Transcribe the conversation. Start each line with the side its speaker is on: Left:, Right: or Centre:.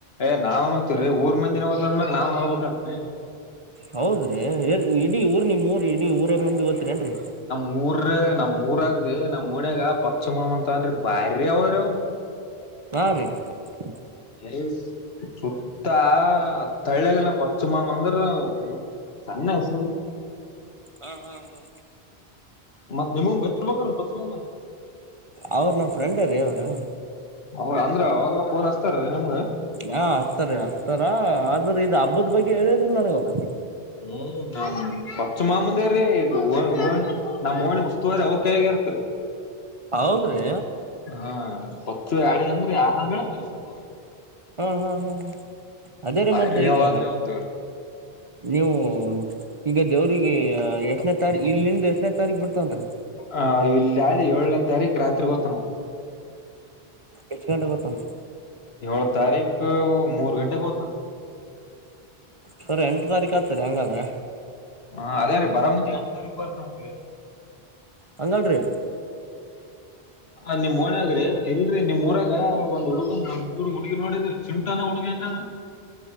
Left: ಎ ನಾವ್ ಅಂತರು ಯು ಮೂ ಮುಂಜಿನೆ ಹದ ಅಂದಾಗ ನಾವ್ ನೋಡ್ಬೇಕ ಅಕ್ಕತಿ.
Right: ಹೌದ್ರಿ ಇಡೀ ಊರ್ ನಿಮ್ ಊರ್ ಇಡೀ ಊರ ಮಂದಿ ಓತ್ರಿ ಏನ್ರಿ.
Left: ಮೂರ ನಮ್ ಊರಾಗ ನಮ್ಮ ಒನ್ಯಾಗ ಪಚಮಮಂತ ಅನ್ರಿ ಬಾರಿ ಅವರ ಅವ
Right: <unintelligible>
Left: ಏ ಸುತ್ತ ಹತ್ತ ಹಳ್ಳಗೆಲ್ಲ ಪಚ್ಚು ಮಾಮ ಅಂದ್ರ ಸಣ್ಣ ಹೆಸರ
Right: ಹಾ ಹಾ ಹಾ.
Left: ಮತ್ತ ನಿಮಗ ಗೊತ್ತಿರಬೇಕ ಪಚಮಾಮ
Right: ಅವ್ರ ನಮ್ ಫ್ರೆಂಡ್ ರೀ ಅವ್ರು
Left: ಅವರ ಅಂದ್ರ ಅವವಾಗ ಫೋನ್ ಹಚ್ಚತಾರಿ ನಿಮ್ಗ
Right: ಹಾ ಆಸ್ತರಿ ಅಸ್ತಾರ ಆದ್ರ ಇದ ಹಬ್ಬದ ಬಗ್ಗೆ ಹೇಳರೀ ನನಗ ಅವ್ರ
Left: ಹ್ಮ ನಾ ಪಚ್ಚ ಮಾಮೂದ್ರೀ ಈದ ಹ ನಮ್ ಓಣಿ ಉಸ್ತುವಾರಿ ಅವ್ರ ಕೈಯಗ ಇರುತ್ತರೀ.
Right: ಹೌದ್ರಿ.
Left: ಹಾ ಹೊತ್ತು ಹೇಳಿದಂದ್ರೆ ಯಾರಂದ್ರ ತಸಿರ್ದು
Right: ಹಾ ಹಾ ಹಾ ಅದೇರೀ
Left: ಬಾರಿ
Right: ಮತ್ತ ಈಗ
Left: ಅವಾದ್ರೆ ಒಂದು
Right: ನೀವು ಈಗ ದೇವ್ರಿಗ ಎಷ್ಟನೇ ತಾರೀ ಇಲ್ಲಿಂದ ಎಷ್ಟನೇ ತಾರೀಖ್ ಬಿಡ್ತಾನ
Left: ಹ ಇಲ್ಲಿ ಯ ಏಳನೇ ತಾರೀಕು ರಾತ್ರಿ ಹೋತ ನ ಅವ
Right: ಎಷ್ಟ ಗಂಟೆ ಹೋತಾನ.
Left: ಏಳ ತಾರೀಕ ಮೂರ್ ಗಂಟೆಕ ಹೋತಾನ.
Right: ಸರಿ ಎಂಟ ತಾರೀಕ ಹತ್ತರಿ ಹಂಗಾರ
Left: ಹಾ ಅದೇ ರೀ ಬರ ಮುಂದ ಎಂ ತಾರೀಕ್ ಬರ್ತನ್ರಿ.
Right: ಹಂಗಲ್ರಿ
Left: ಹ ನಿಮ್ ಓಣ್ಯಾಗ್ರೀ ಎಲ್ಲಿ ನಿಮ್ ಊರಾಗ ಒಂದ್ ಹುಡುಗ ಮೂರ್ ಹುಡುಗಿ ನೋಡಿದ್ರಿ ಚಿಂಟಾನ ಹುಡುಗಿ ಹೆಂಗಾದ್ರಿ